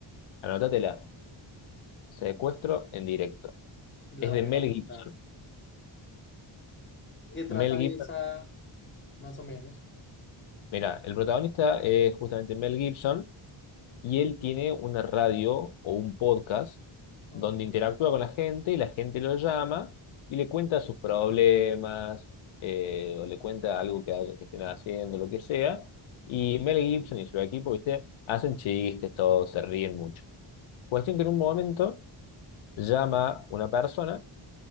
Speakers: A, on the left; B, on the left.
A: Anótatela. Secuestro en directo.
B: la
A: Es
B: voy
A: de Mel
B: a anotar.
A: Gibson.
B: ¿De ¿Qué trata
A: Mel Gibson,
B: esa, más o menos?
A: mira, el protagonista es justamente Mel Gibson y él tiene una radio o un podcast
B: Ok,
A: donde interactúa con la gente y la gente lo llama y le cuenta sus problemas eh, o le cuenta algo que, haya- que estén haciendo, lo que sea. Y Mel Gibson y su equipo, ¿viste? Hacen chistes, todos se ríen mucho. Cuestión que en un momento llama una persona